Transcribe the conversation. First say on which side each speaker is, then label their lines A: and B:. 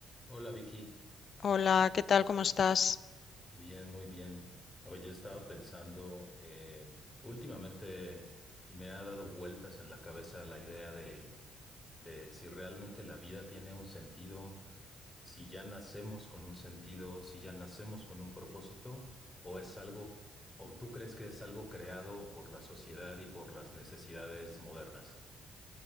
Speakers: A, on the left (about 20°); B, on the left (about 50°).
A: Hola Vicky,
B: Hola, ¿qué tal? ¿Cómo estás?
A: bien, muy bien. Oye, estaba pensando, eh, últimamente me ha dado vueltas en la cabeza la idea de, de si realmente la vida tiene un sentido, si ya nacemos con un sentido, si ya nacemos con un propósito, o es algo, o tú crees que es algo creado por la sociedad y por las necesidades modernas.